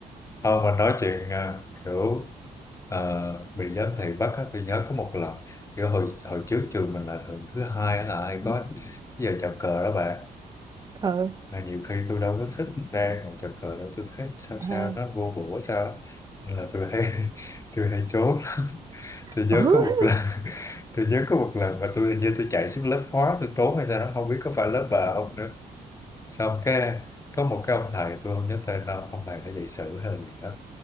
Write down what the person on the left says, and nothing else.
Không, mà nói chuyện ờ, kiểu ờ, bị giám thị bắt á, tôi nhớ có một lần kiểu hồi hồi trước trường mình là thường thứ hai á là hay có giờ chào cờ đó bạn
mà nhiều khi tôi đâu có thích ra còn chào cờ đó tôi thấy sao sao
nó vô bổ sao á. nên là tôi hay <laughs> tôi hay trốn tôi nhớ
có một lần <laughs> tôi nhớ có một lần mà tôi hình như tôi chạy xuống lớp hóa tôi trốn hay sao đó không biết có phải lớp bà không nữa xong cái có một cái ông thầy tôi không nhớ tên đâu ông thầy đã dạy sử hay là gì đó